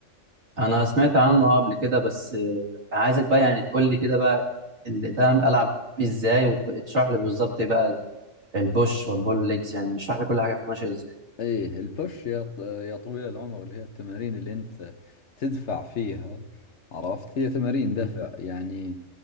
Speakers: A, on the right (about 65°); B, on the left (about 65°).
A: انا سمعت عنه آه قبل كده بس آه، عايزك بقى يعني تقول لي كده بقى اللي ده العب بيه ازاي وتشرح لي بالظبط إيه بقى ال- البوش والبول ليجز يعني اشرح لي كل حاجه فيه ماشيه ازاي
B: ايه البوش يا ط- يا طويل العمر اللي هي التمارين اللي انت تدفع فيها عرفت هي تمارين دفع
A: مم.
B: يعني